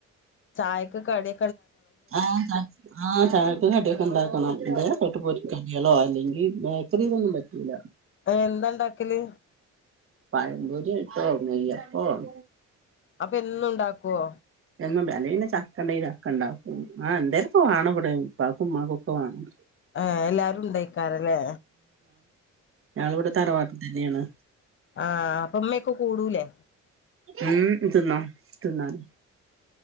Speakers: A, on the left; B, on the right.
A: ചായക്ക് കടി
B: ആഹ് ചാ ആഹ് ചായക്ക് കടിയൊക്കെ ഉണ്ടാക്കണം, എന്തേലും ഒക്കെ ഇട്ട് പൊരികടികളോ അല്ലെങ്കിൽ ബേക്ക ക്കറിനൊന്നും പറ്റയില്ല.
A: എന്താ ഉണ്ടാക്കല്
B: പഴം പൊരിയാട്ടോ നെയ്യപ്പവും.
A: അപ്പം എന്നും ഉണ്ടാക്കുവോ
B: എന്നും ഉണ്ടാക്കും അല്ലെങ്കിൽ പിന്നെ ചക്കയുണ്ടെങ്കിൽ ചക്കയുണ്ടാക്കും ആ എന്തേലും ഒക്കെ വേണം ഇവിടെ ഉപ്പാക്കും ഉമ്മാക്കും ഒക്കെ വേണം
A: ആ എല്ലാരും ഉണ്ടായി ക്കാരല്ലേ
B: ഞങ്ങൾ ഇവിടെ തറവാട്ടിൽ തന്നെയാണ്
A: ആഹ് അപ്പൊ ഉമ്മയൊക്കെ കൂടൂലേ
B: ഉം ഇത് തിന്നോ തിന്നാന്